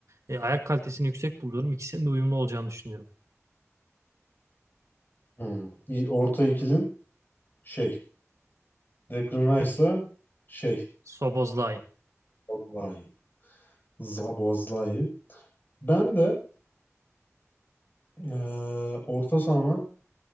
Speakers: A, on the right; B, on the left.
A: e, ayak kalitesini yüksek buluyorum. İkisinin de uyumlu olacağını düşünüyorum.
B: Hmm. İyi, Orta ikilin şey Declan Rice'la şey
A: Szoboszlai.
B: Zaboszlai. Zaboszlai. Ben de eee orta sahama